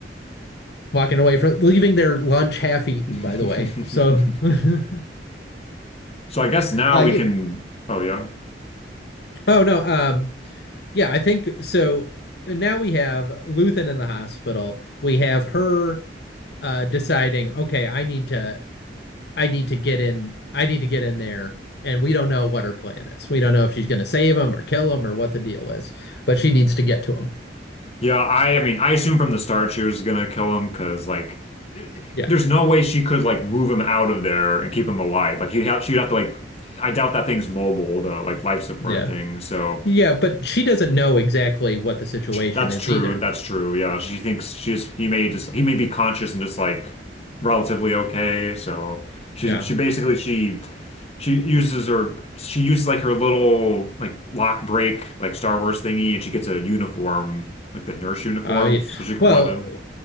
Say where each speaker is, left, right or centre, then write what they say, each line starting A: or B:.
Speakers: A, on the left; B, on the left.
A: Walking away from leaving their lunch half eaten,
B: that?
A: by the way. So <laughs>
B: <laughs> So I guess now
A: uh
B: we
A: yeah.
B: can. Oh yeah,
A: Oh no, um yeah, I think so now we have Luthen in the hospital. We have her uh deciding, okay, I need to I need to get in I need to get in there. And we don't know what her plan is. We don't know if she's gonna save him or kill him or what the deal is, but she needs to get to him.
B: yeah. I I mean, I assume from the start she was gonna kill him because like,
A: Yeah.
B: there's no way she could like move him out of there and keep him alive. Like he'd have she'd have to like. I doubt that thing's mobile, the like life support
A: Yeah.
B: thing. So
A: Yeah, but she doesn't know exactly what the situation
B: That's
A: is
B: true.
A: either.
B: That's true. Yeah, she thinks she's he may just he may be conscious and just like relatively okay. So she
A: Yeah.
B: she basically she she uses her she uses like her little like lock break like Star Wars thingy and she gets a uniform like the nurse uniform
A: Oh, yeah.
B: so she can
A: Well,
B: blend in.